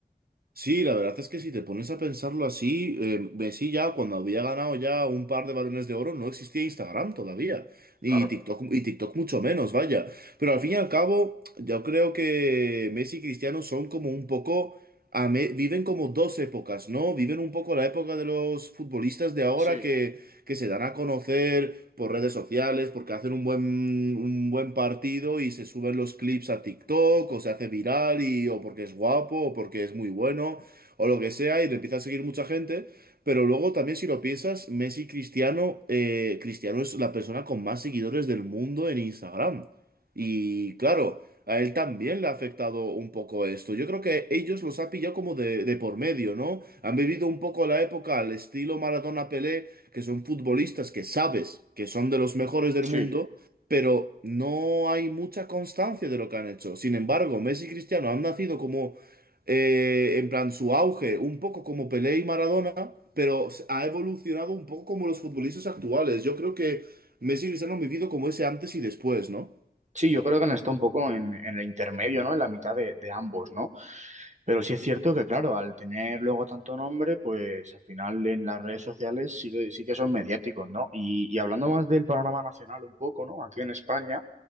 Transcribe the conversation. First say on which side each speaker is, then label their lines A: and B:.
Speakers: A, on the right; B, on the right.
A: Sí, la verdad es que si te pones a pensarlo así, eh, Messi ya cuando había ganado ya un par de balones de oro no existía Instagram todavía, y
B: Claro,
A: TikTok, y TikTok mucho menos, vaya. Pero al fin y al cabo, yo creo que Messi y Cristiano son como un poco, a me- viven como dos épocas, ¿no? Viven un poco la época de los futbolistas de ahora
B: sí,
A: que, que se dan a conocer, por redes sociales, porque hacen un buen, un buen partido y se suben los clips a TikTok, o se hace viral, y, o porque es guapo, o porque es muy bueno, o lo que sea, y le empieza a seguir mucha gente. Pero luego también si lo piensas, Messi y Cristiano, eh, Cristiano es la persona con más seguidores del mundo en Instagram. Y claro, a él también le ha afectado un poco esto. Yo creo que ellos los ha pillado como de, de por medio, ¿no? Han vivido un poco la época al estilo Maradona-Pelé, que son futbolistas que sabes que son de los mejores del
B: sí.
A: mundo, pero no hay mucha constancia de lo que han hecho. Sin embargo, Messi y Cristiano han nacido como, eh, en plan, su auge, un poco como Pelé y Maradona, pero s- ha evolucionado un poco como los futbolistas actuales. Yo creo que Messi y Cristiano han vivido como ese antes y después, ¿no?
B: Sí, yo creo que han estado un poco en, en el intermedio, ¿no? En la mitad de, de ambos, ¿no? Pero sí es cierto que, claro, al tener luego tanto nombre, pues al final en las redes sociales sí, que- sí que son mediáticos, ¿no? Y, y hablando más del panorama nacional un poco, ¿no? Aquí en España,